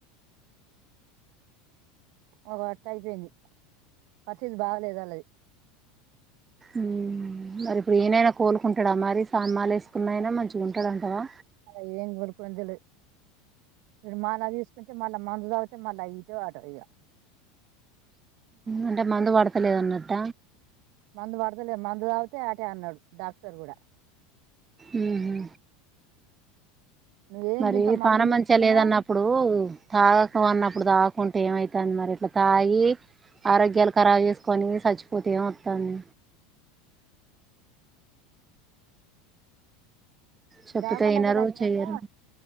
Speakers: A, on the right (about 55°); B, on the right (about 20°).
A: ఒక గట్ట అయిపోయింది పరిస్థితి బాగలేదు అళ్లది
B: ఉమ్ మరి ఇప్పుడు ఇనైనా కోలుకుంటాడా మరి సామి మాల వేసుకున్న అయనా మంచిగా ఉంటాడఅన్ టావా
A: అలా ఏం కొలుకునేది తెలేద్ ఇడు మాల తీసుకుంటే మళ్ళా మందు తాగితే మళ్ళా ఇటో అటో ఇగ
B: అంటే మందు పడతలేదన్నట్ట
A: మందు పడతలే మందు తాగితే అటే అన్నాడు డాక్టర్ కూడా
B: ఉంహు
A: నువ్వేం
B: మరి
A: ఇంత మందు
B: పానం
A: ముట్టుకున్నా
B: మంచిగా లేదన్నప్పుడు తాగకు అన్నప్పుడు తాగ్ కుంటే ఏమైతంది మరి ఇట్లా తాగి ఆరోగ్యాలు ఖరాబ్ చేసుకొని సచ్చిపోతే ఏం వత్తంది చెప్తే
A: దవాకానా
B: వినరు
A: కి వెళ్ళి వచ్చినంక
B: చెయ్యరు